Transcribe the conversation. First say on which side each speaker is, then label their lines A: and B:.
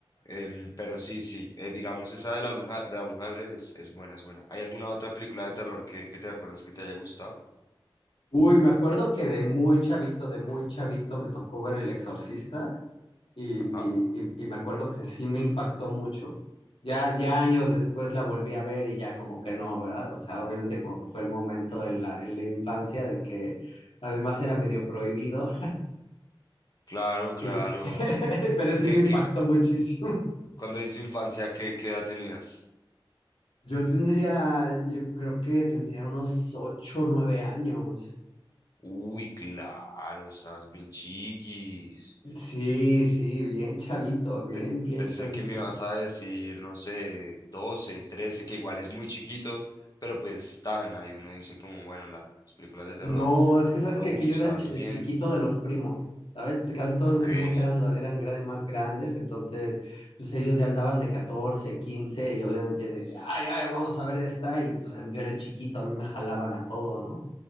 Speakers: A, on the left; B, on the left.
A: Em, pero sí, sí, eh, digamos esa de la bruja, de la bruja de Blair es, es buena, es buena. ¿Hay alguna otra película de terror que, que te acuerdes que te haya gustado?
B: Uy, me acuerdo que de muy chavito, de muy chavito, me tocó ver El Exorcista y,
A: Ajá.
B: y- y- y me acuerdo que sí me impactó mucho. Ya, ya años después la volví a ver y ya como que no, ¿verdad? O sea, obviamente como que fue el momento en la, en la infancia de que además era medio prohibido.
A: Claro, claro.
B: Eh, <laughs> pero sí
A: ¿Qué,
B: me impactó
A: qué,
B: muchísimo.
A: cuando dices infancia, qué, qué edad tenías?
B: Yo tendría, yo creo que tendría unos ocho, o nueve años.
A: Uy, claro, estabas bien chiquis.
B: Sí, sí, bien chavito, bien,
A: Pe-
B: bien
A: Pensé
B: chavito.
A: que me ibas a decir, no sé, 12 13 que igual es muy chiquito, pero pues tan, ahí uno dice como, bueno, la- las películas de terror,
B: No, es que sabes
A: pero
B: que,
A: uff,
B: que yo
A: estás
B: era el, chi- el
A: bien.
B: chiquito de los primos, ¿sabes? Casi todos
A: Ok,
B: mis primos eran, la- eran gra- más grandes, entonces pues ellos ya andaban de 14, 15 y obviamente de, ay, ay, vamos a ver esta y pues yo era el chiquito, a mí me jalaban a todo, ¿no?